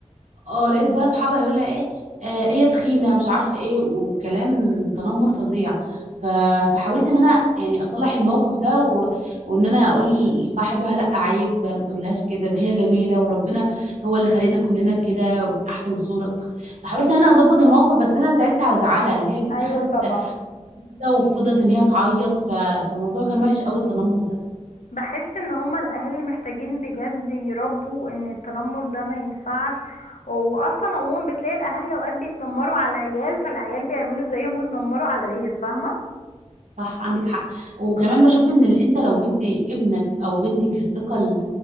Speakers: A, on the right (about 80°); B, on the left (about 85°).
A: اه لقيت بقى اصحابها يقول لها ايه آه هي تخينه مش عارفه ايه وكلام تنمر فظيع ف... فحاولت ان انا يعني اصلح الموقف ده و... وان انا اقول لصاحبها لا عيب ما تقولهاش كده ده هي جميله وربنا هو اللي خلقنا كلنا كده احسن صوره فحاولت ان انا اظبط الموقف بس انا زعلت على زعلها اللي هي البنت
B: ايوه
A: خدت
B: طبعا
A: كده وفضلت ان هي تعيط ف... فالموضوع كان وحش قوي التنمر ده
B: بحس ان هما الاهالي محتاجين بجد يربوا ان التنمر ده ما ينفعش واصلا عموما بتلاقي الاهالي اوقات بيتنمروا على العيال فالعيال بيعملوا زيهم ويتنمروا على الغير فاهمه
A: صح عندك حق وكمان بشوف ان ال- انت لو مدي ابنك او بنتك الثقه ال-